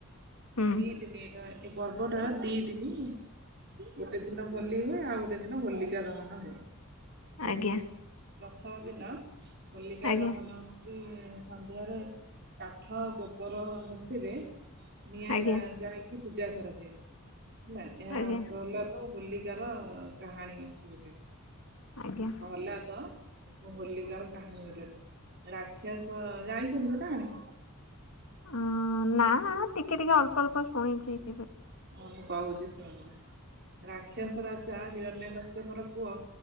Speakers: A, on the left; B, on the right.
A: ହୁଁ
B: ଦି ଦିନି ଏଟା ଏ ପର୍ବ ଟା ଦି ଦିନି ଗୋଟେ ଦିନ ହୋଲି ହୁଏ, ଆଉ ଗୋଟେ ଦିନ ହୋଲିକା ଦହନ ହୁଏ। ହେଲା
A: ଆଜ୍ଞା।
B: ପ୍ରଥମ ଦିନ ହୋଲିକା
A: ଆଜ୍ଞା
B: ଦହନ ସନ୍ଧ୍ୟାରେ କାଠ, ଗୋବର, ଘଷିରେ ନିଆ
A: ଆଜ୍ଞା
B: ଲ ଯଏକି ପୂଜା କରଛ ହେଲା ଏହା
A: ଆଜ୍ଞା
B: କହିଲ ତ ହୋଲିକାର କାହାଣୀ ଅଛି ଗୋଟେ
A: ଆଜ୍ଞା
B: କହିଲ ତ ହୋଲିକାର କାହାଣୀ ଗୋଟେ ଅଛି ରାକ୍ଷସ ଜାଣିଛନ୍ତି ସେ କାହାଣୀ?
A: ହ ନା ଟିକେ ଟିକେ ଅଳ୍ପ ଅଳ୍ପ ଶୁଣିଛି କେବେ।
B: ହଁ ମୁଁ କହୁଛି ଶୁଣନ୍ତି ରାକ୍ଷସ
A: ହୁଁ
B: ରାଜା ହିରଣ୍ୟ କଶ୍ୟପର ପୁଅ